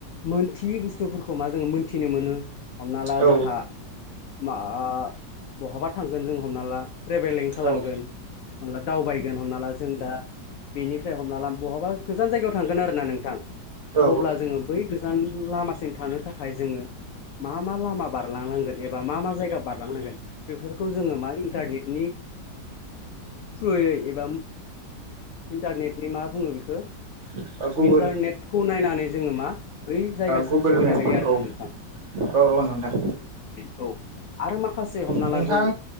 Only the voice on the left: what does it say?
मोनथियै बुस्थुफोरखौ मा जोङो मोन्थिनो मोनो। हमना ला
जोंहा मा ओ बहाबा थांगोन जों हमना ला। ट्रेभेलिं खालामगोन
हला दावबायगोन हमना ला जों दा बेनिफ्राय हमना ला बहाबा गोजान जायगायाव थांगोन आरोना नोंथां
अब्ला जोङो बै गोजान लामासिम थानो थाखाय जोङो मा मा लामा बारलांनांगोन एबा मा मा जायगा बारलांनांगोन बेफोरखौ जोङो मा इन्टारनेटनि थ्रुयै एबा इन्टारनेटनि मा बुङो बेखौ
इन्टारनेटखौ नायनानै जोङो मा बै जायगासिम
सहैनो
हायो
आरो ना नोंथां।
औ। आरो माखासे हमना
ला जों